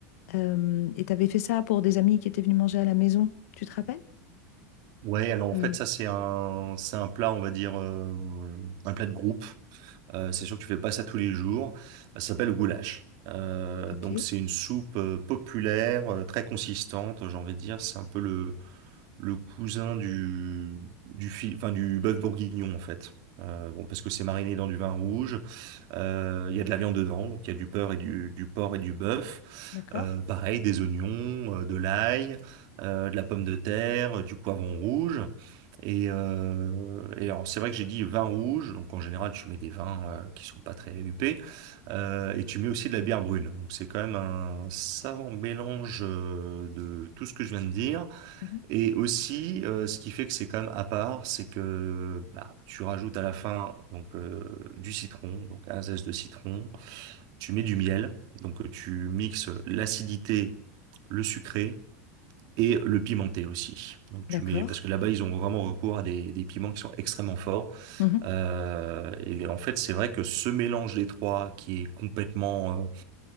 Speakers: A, on the left (about 70°); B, on the right (about 55°).
A: Euh, et tu avais fait ça pour des amis qui étaient venus manger à la maison. Tu te rappelles?
B: Ouais, alors en
A: Euh,
B: fait, ça, c'est un, c'est un plat, on va dire, euh, un plat de groupe. Euh, c'est sûr que tu fais pas ça tous les jours. Ça s'appelle le goulash. Euh,
A: ok,
B: donc c'est une soupe euh, populaire, euh, très consistante, j'ai envie de dire. C'est un peu le, le cousin du, du, fi- enfin, du bœuf bourguignon en fait. Euh, bon, parce que c'est mariné dans du vin rouge, Euh, il y a de la viande dedans, donc il y a du porc et du, du porc et du bœuf.
A: d'accord.
B: Euh, pareil, des oignons, euh, de l'ail, euh, de la pomme de terre, euh, du poivron rouge. Et, euh, et alors c'est vrai que j'ai dit vin rouge, donc en général tu mets des vins euh, qui sont pas très huppés, euh, et tu mets aussi de la bière brune. Donc c'est quand même un savant mélange euh, de tout ce que je viens de dire.
A: Mhm.
B: Et aussi euh, ce qui fait que c'est quand même à part, c'est que bah, tu rajoutes à la fin donc euh, du citron, donc un zeste de citron, tu mets du miel, donc euh, tu mixes l'acidité, le sucré et le pimenté aussi. Donc tu
A: D'accord.
B: mets, parce que là-bas, ils ont vraiment recours à des, des piments qui sont extrêmement forts.
A: Mhm,
B: Euh, et en fait, c'est vrai que ce mélange des trois, qui est complètement,